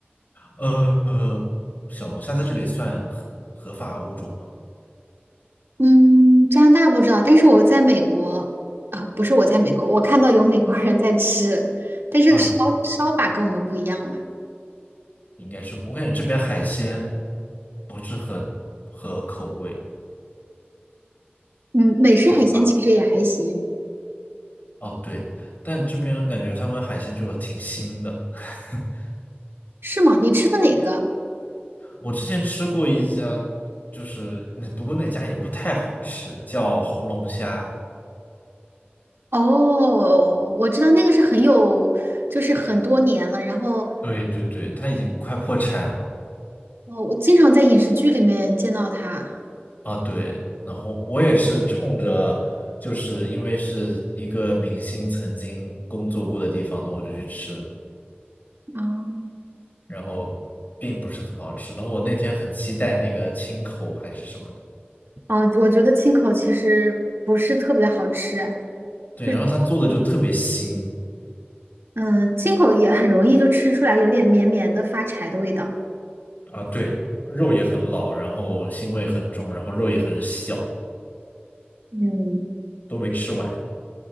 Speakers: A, on the left; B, on the right.
A: 呃，小龙虾在这里算合合法物种吗？
B: 嗯，加拿大不知道，但是我在美国，啊、不是我在美国，我看到有美国人在吃，但是烧烧法跟我们不一样了。
A: 啊，应该是不我感觉这边海鲜不是很合口味
B: 嗯，美式海鲜其实也还行，
A: 做法。哦，对，但这边感觉他们海鲜就挺腥的。<laughs>
B: 是吗？你吃的哪个？
A: 我之前吃过一家，就是那不过那家也不太好吃，叫红龙虾。
B: 哦，我知道那个是很有，就是很多年了，然后
A: 对对对，它已经快破产了
B: 哦，我经常在影视剧里面见到它。
A: 啊。对，然后我也是冲着，就是因为是一个明星曾经工作过的地方，然后我就去吃，
B: 哦。
A: 然后并不是很好吃。然后我那天很期待那个清口还是什么的，
B: 哦，我觉得青口其实不是特别好吃啊，哎
A: 对，
B: 就是
A: 然后他做的就特别腥
B: 嗯，青口也很容易就吃出来有点绵绵的发柴的味道。
A: 啊，对，肉也很老，然后腥味很重，然后肉也很小，
B: 嗯，
A: 都没吃完。